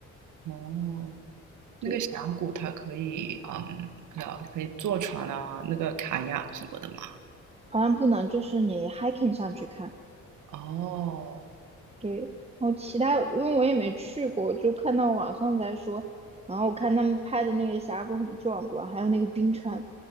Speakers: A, on the right (about 80°); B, on the right (about 20°).
A: 哦，
B: 对，
A: 那个峡谷它可以，嗯，不知道，可以坐船啊，那个卡亚什么的吗？
B: 好像不能，就是你 hiking 上去看。
A: 哦，
B: 对，然后其他，因为我也没去过，就看到网上在说，然后看他们拍的那个峡谷很壮观，还有那个冰川。